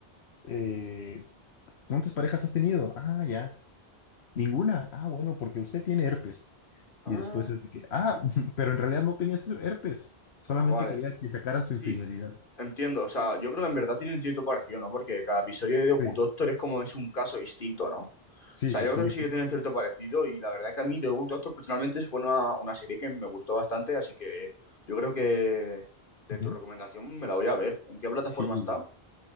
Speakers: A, on the left (about 85°); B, on the left (about 55°).
A: eh, ¿cuántas parejas has tenido? Ah, ya, ninguna, ah, bueno, porque usted tiene herpes,
B: ah,
A: y después es de que, ah, <laughs> pero en realidad no tenías eso- herpes, solamente
B: ah, vale.
A: quería que sacaras
B: Sí,
A: tu infidelidad.
B: entiendo. O sea, yo creo que en verdad tienen cierto parecido, ¿no? Porque cada episodio de Doku
A: Sí,
B: Doctor es como es un caso distinto, ¿no? O
A: sí,
B: sea,
A: sí,
B: yo
A: sí.
B: creo que sí que tienen cierto parecido y la verdad que a mí The Good Doctor personalmente es una, una serie que me gustó bastante, así que yo creo que de
A: Ujú.
B: tu recomendación me la voy a ver. ¿En qué plataforma
A: Sí,
B: está?